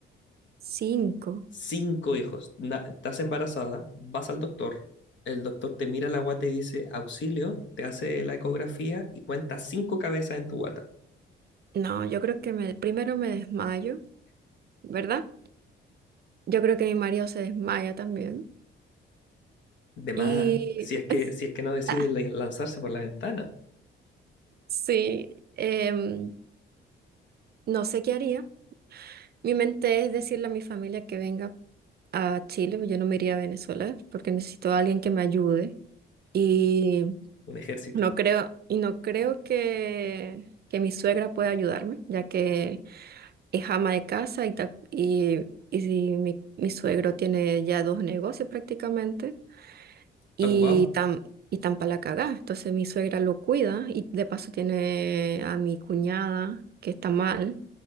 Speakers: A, on the right (about 50°); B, on the left (about 65°).
A: Cinco.
B: Cinco hijos. Na- estás embarazada, vas al doctor, el doctor te mira la guata y dice, auxilio, te hace la ecografía y cuenta cinco cabezas en tu guata.
A: No, yo creo que me, primero me desmayo, ¿verdad? Yo creo que mi marido se desmaya también.
B: De más,
A: Y
B: si es que,
A: <laughs>
B: si es que no decides la- lanzarse por la ventana,
A: sí, em, no sé qué haría. Mi mente es decirle a mi familia que venga a Chile, pues yo no me iría a Venezuela porque necesito a alguien que me ayude. y
B: un ejército.
A: no creo, y no creo que, que mi suegra pueda ayudarme, ya que es ama de casa y, ta- y, y si mi, mi suegro tiene ya dos negocios prácticamente
B: Está
A: y
B: ocupado.
A: tan, y tan pa' la cagá. Entonces mi suegra lo cuida y de paso tiene a mi cuñada que está mal